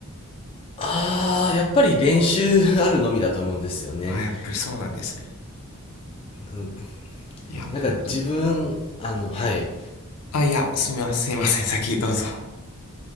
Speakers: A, on the left (about 25°); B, on the left (about 80°).
A: ああ、やっぱり練習あるのみだと思うんですよね。
B: あ、やっぱりそうなんですね。
A: あの、
B: いや、もう本当に。
A: なんか自分、あの、はい。
B: あ、いや、すみません、<laughs> すみません、先どうぞ。